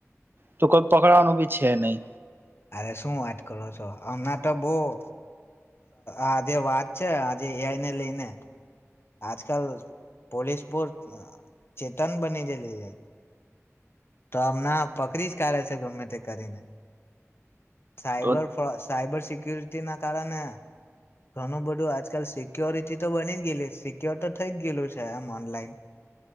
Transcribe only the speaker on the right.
તો કોઈ પકડવાનું બી છે નહી
તો